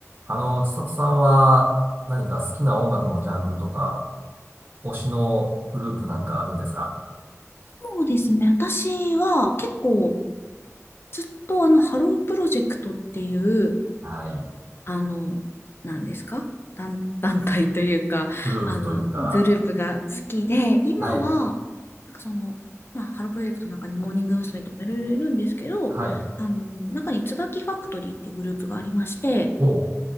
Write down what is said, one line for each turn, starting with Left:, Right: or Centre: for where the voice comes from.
Right: あの、千里さんは何か好きな音楽のジャンルとか、推しのグループなんかあるんですか
Left: そうですね。私は結構ずっとあのハロープロジェクトっていう、
Right: はい。
Left: あの、何ですか団、<laughs> 団体というか、
Right: グループというか、
Left: あの、グループが好きで、今は、
Right: はい。
Left: なんかその、まあ、ハロープロジェクトの中にモーニング娘。とかいろいろいるんですけど、
Right: はい。
Left: あの、中に椿ファクトリーっていうグループがありまして、
Right: お、